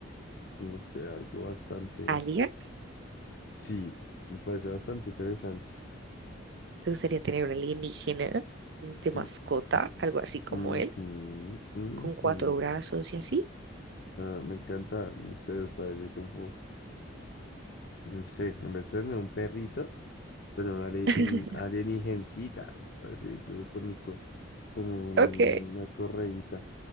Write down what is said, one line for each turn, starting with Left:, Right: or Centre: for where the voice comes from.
Left: no sé, algo bastante.
Right: ¿Alien?
Left: Sí, me parece bastante interesante.
Right: ¿Te gustaría tener un alienígena de
Left: Sí.
Right: mascota, algo así como
Left: Ujú,
Right: él,
Left: ujú.
Right: con cuatro brazos y así?
Left: Ah, me encanta. No sé, me parece como. No sé, en vez de tener un perrito, pero un, ali-
Right: <laughs>
Left: un alienígencita. Así, con, con, con con una
Right: Ok,
Left: correíta.